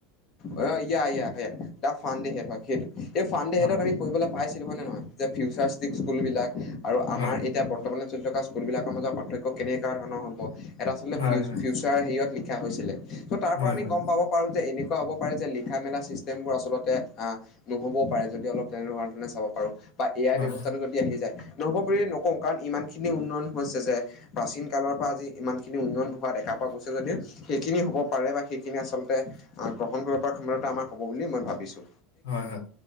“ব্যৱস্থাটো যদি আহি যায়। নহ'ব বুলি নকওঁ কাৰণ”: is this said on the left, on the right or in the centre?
Left